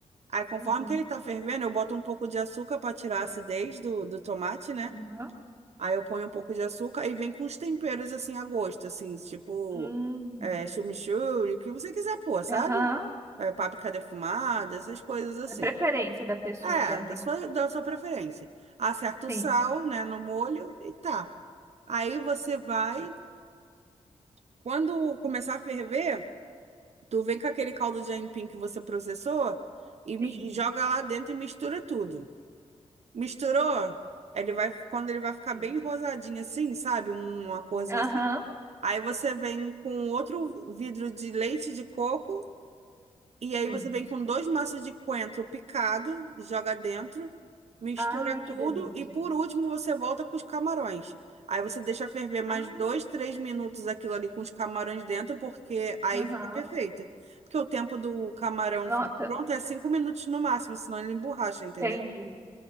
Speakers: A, on the right (about 65°); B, on the right (about 15°).
A: Aí, conforme
B: uhum,
A: que ele tá fervendo, eu boto um pouco de açúcar para tirar a acidez do, do tomate, né?
B: aham.
A: Aí eu ponho um pouco de açúcar e vem com os temperos assim a gosto, assim, tipo
B: Hum,
A: é, chimichurri, o que você quiser pôr, sabe?
B: Aham.
A: É, páprica defumada, essas coisas assim.
B: É a preferência da pessoa
A: É,
B: que ela
A: da
B: tem.
A: sua, da sua preferência. Acerta o
B: Sim.
A: sal, né, no molho e tá. Aí você vai, quando começar a ferver, tu vem com aquele caldo de aipim que você processou e, mi-
B: sim,
A: e joga lá dentro e mistura tudo. Misturou? Ele vai, quando ele vai ficar
B: sim.
A: bem rosadinho assim, sabe? Um- Uma corzinha
B: Aham.
A: assim. Aí você vem com outro vidro de leite de coco e aí
B: Sim.
A: você vem com dois maços de coentro picado, joga dentro, mistura
B: Ai, que
A: tudo
B: delícia.
A: e por último você volta com os camarões. Aí você deixa ferver mais
B: Ah,
A: dois, três minutos aquilo ali com os camarões dentro, porque aí
B: Aham.
A: fica perfeito. Porque o tempo do camarão
B: Nossa,
A: ficar pronto é cinco minutos no máximo, senão ele emborracha, entendeu?
B: entendi.